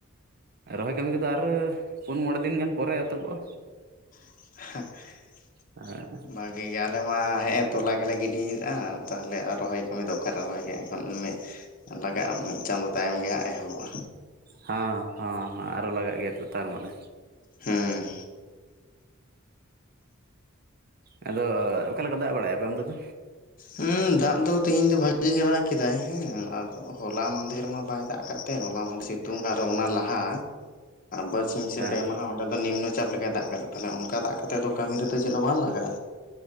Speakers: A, on the right (about 45°); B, on the left (about 40°).
A: ᱨᱚᱦᱚᱭ ᱠᱟᱹᱢᱤ ᱠᱚᱫᱚ ᱟᱨ ᱯᱩᱱ ᱢᱚᱬᱮ ᱫᱤᱱ ᱜᱟᱱ ᱯᱚᱨᱮ ᱮᱛᱚᱦᱚᱵᱚᱜᱼᱟ᱾
B: <unintelligible>
A: ᱦᱮᱸ
B: ᱵᱷᱟᱜᱮ᱾ ᱜᱮ ᱟᱞᱮ ᱢᱟ ᱦᱮᱸᱜ ᱮ ᱛᱚᱞᱟ ᱜᱮᱞᱮ ᱜᱤᱰᱤᱭᱮᱫ-ᱟ ᱛᱟᱦᱞᱮ ᱨᱚᱦᱚᱭ ᱠᱟᱹᱢᱤ ᱫᱚ ᱚᱠᱟᱨᱮ ᱨᱚᱦᱚᱭ ᱜᱮ ᱮᱠᱷᱚᱱ ᱞᱟᱜᱟᱜᱼᱟ ᱢᱤᱫ ᱪᱟᱸᱫᱳ ᱛᱟᱭᱚᱢ ᱜᱮ ᱦᱟᱸᱜ ᱮᱦᱚᱵᱚᱜᱼᱟ᱾
A: ᱦᱮᱸ ᱦᱮᱸ ᱦᱮᱸ ᱟᱨᱚ ᱞᱟᱜᱟᱜ ᱜᱮᱭᱟ ᱛᱚ ᱛᱟᱨ ᱢᱟᱱᱮ᱾
B: ᱦᱩᱸ᱾
A: ᱩ ᱟᱫᱚ ᱚᱠᱟ ᱞᱮᱠᱟ ᱫᱟᱜ ᱵᱟᱲᱟᱭᱮᱫ ᱟ ᱟᱯᱮ ᱚᱱᱛᱮ ᱫᱚ?
B: ᱦᱩᱸ ᱫᱟᱜ ᱫᱚ ᱛᱤᱦᱤᱧ ᱫᱚ ᱵᱷᱟᱜᱤ ᱜᱮ ᱫᱟᱜ ᱠᱮᱫᱟᱭ ᱦᱮᱸ ᱟᱫᱚ ᱦᱚᱞᱟ ᱢᱟᱱᱫᱦᱮᱨ ᱢᱟ ᱵᱟᱭ ᱫᱟᱜ ᱟᱠᱟᱫ ᱛᱮ ᱦᱚᱞᱟ ᱢᱟᱱᱫ ᱥᱤᱛᱩᱝ ᱟᱨ ᱚᱱᱟ ᱞᱟᱦᱟ ᱵᱟᱨᱥᱤᱧ ᱥᱮ
A: ᱦᱮᱸ
B: ᱯᱮ ᱢᱟᱦᱟ ᱚᱸᱰᱮ ᱫᱚ ᱱᱤᱢᱱᱚ ᱪᱟᱯ ᱞᱮᱠᱟᱭ ᱫᱟᱜ ᱠᱟᱫᱟ ᱛᱟᱦᱚᱞᱮ ᱚᱱᱠᱟ ᱫᱟᱜ ᱠᱟᱛᱮᱜ ᱫᱚ ᱠᱟᱹᱢᱤ ᱨᱮᱫᱚ ᱪᱮᱫ ᱦᱚᱸ ᱵᱟᱝ ᱞᱟᱜᱟᱜᱼᱟ᱾